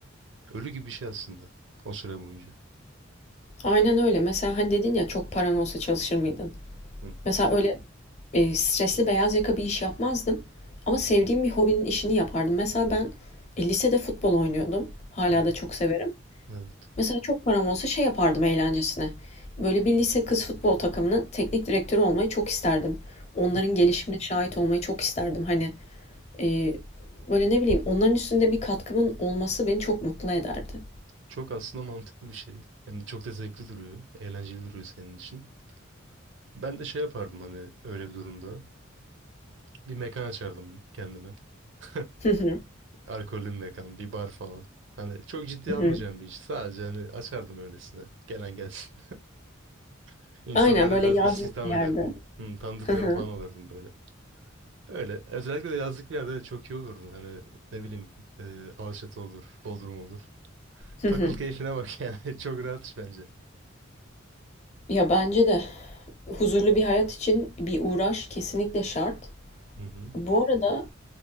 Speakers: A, on the right (about 60°); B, on the left (about 35°).
A: Ölü gibi bir şey aslında o süre boyunca.
B: Aynen öyle. Mesela hani dedin ya çok paran olsa çalışır mıydın?
A: Hı
B: Mesela öyle e, stresli beyaz yaka bir iş yapmazdım. Ama sevdiğim
A: hı
B: bir hobinin işini yapardım. Mesela ben e, lisede futbol oynuyordum. Hala
A: hı. hı.
B: da çok severim.
A: Evet.
B: Mesela çok param olsa şey yapardım eğlencesine. Böyle bir lise kız futbol takımının teknik direktörü olmayı çok isterdim. Onların
A: Hı.
B: gelişimine şahit olmayı çok isterdim. Hani e, böyle ne bileyim onların üstünde bir katkımın olması beni çok mutlu ederdi.
A: Çok aslında mantıklı bir şey. Yani çok da zevkli duruyor. Eğlenceli duruyor senin için. Ben de şey yapardım hani öyle bir durumda. Bir mekan açardım kendime. <laughs>
B: Hı hı,
A: Alkollü bir mekan, bir bar falan. Hani çok ciddi
B: hı hı.
A: almayacağım bir iş. Sadece hani açardım öylesine. Gelen gelsin. <laughs> İnsanları
B: Aynen böyle
A: biraz
B: yazlık
A: istihdam
B: bir yerde.
A: ederdim. Hı, tanıdıklarını
B: Hı hı,
A: falan alırdım böyle. Öyle. Özellikle de yazlık bir yerde de çok iyi olurdu. Hani ne bileyim e, Alaçatı olur, Bodrum olur.
B: hı
A: Takıl
B: hı.
A: keyfine bak yani. <laughs> Çok rahat iş bence.
B: Ya bence de huzurlu bir hayat için bir uğraş kesinlikle şart.
A: Hı hı.
B: Bu arada